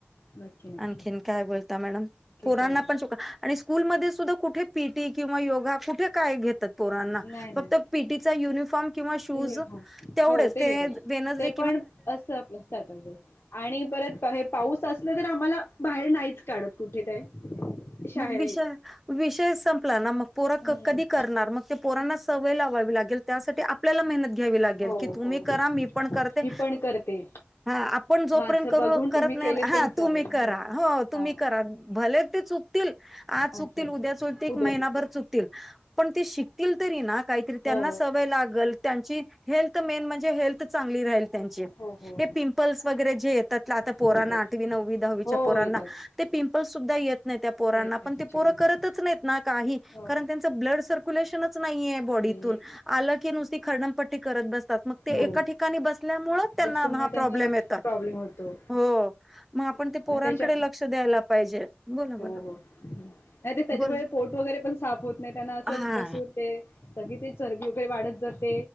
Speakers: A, on the left (about 75°); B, in the centre.
A: नक्की नक्की
B: आणखीन काय बोलता मॅडम?
A: की
B: पोरांना
A: काय
B: पण च आणि स्कूलमध्ये सुद्धा कुठे पीटी किंवा योगा कुठे काय घेतं तर पोरांना
A: नाही नाही
B: फक्त पीटीचा युनिफॉर्म किंवा शुज
A: नाही ह हो
B: तेवढेंच
A: हो
B: ते
A: घेतात
B: वेन्सडें
A: ते पण असं आपल्या <unintelligible> आणि परत हे पाऊस असलं तर आम्हाला बाहेर नाहीच काढत कुठे काय शाळेत
B: मग विषय विषय संपला ना मग पोर
A: हम्म
B: कधी करणार मग? पोरांना सवय लावावी लागेल त्यासाठी आपल्याला मेहनत घ्यावी लागेल
A: हो
B: की तुम्ही
A: हो
B: करा मी पण करते.
A: मी पण करते
B: हा आपण जोपर्यंत
A: माझं
B: करू
A: बघून
B: करत
A: तुम्ही
B: नाही
A: केले
B: हा
A: तरी चालेल
B: तुम्ही करा हो तुम्ही
A: हा
B: करा भले ते चुक आज
A: अच्छा
B: चुकतील उद्या चुकतील
A: उद्याच
B: महिनाभर चुकतील पण ते शिकतील तरी ना? काहीतरी त्यांना
A: हो
B: सवय लागल त्यांची हेल्थ मेन म्हणजे हेल्थ चांगली राहील. त्यांचे
A: हो हो
B: हे पिंपल्स वगैरे जे येतात आता पोरांना
A: हो येतात
B: आठवी नववी दहावीच्या
A: हो
B: पोरांना
A: येतात
B: ते पिंपल्स सुद्धा येत नाही त्या पोरांना
A: येत नाही
B: पण
A: त्याच्यामुळे
B: ते पोरं करतच नाहीत ना काही
A: हो
B: कारण त्या त ब्लड सर्क्युलेशनच नाहीय बॉडीतून
A: नाहीये
B: आलं की नुसती खरडमपट्टी करत बसतात मग ते
A: हो
B: एका ठिकाणी बसल्यामुळेच त्यांना
A: बसूमुळे
B: हा
A: त्यांना
B: प्रॉब्लेम येतात.
A: प्रॉब्लेम होतो.
B: हो मग आपण ते
A: आणि
B: पोरांकडे
A: त्याच्या
B: लक्ष द्यायला पाहिजे. बोला बोला
A: हो हो नाही ते त्याच्यामुळे
B: बोला
A: पोट वगैरे पण साफ होत नाही त्यांना असंच
B: हा
A: बसून ते सगळी ती चरबी वगैरे वाढत जाते.